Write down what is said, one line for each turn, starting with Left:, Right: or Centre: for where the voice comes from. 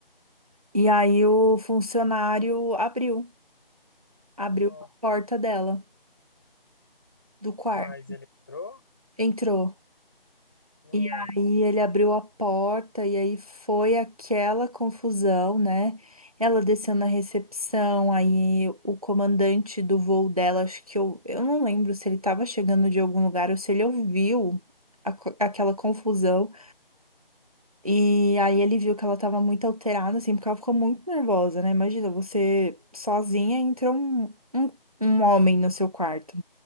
Right: E aí o funcionário abriu, abriu
Left: Nossa.
Right: a porta dela do quarto.
Left: Mas ele entrou?
Right: Entrou.
Left: Nossa.
Right: E aí ele abriu a porta e aí foi aquela confusão, né? Ela desceu na recepção, aí o comandante do voo dela, acho que eu, eu não lembro se ele estava chegando de algum lugar ou se ele ouviu a co- aquela confusão. E aí ele viu que ela estava muito alterada, assim, porque ela ficou muito nervosa, né? Imagina, você sozinha entra um, um, um homem no seu quarto.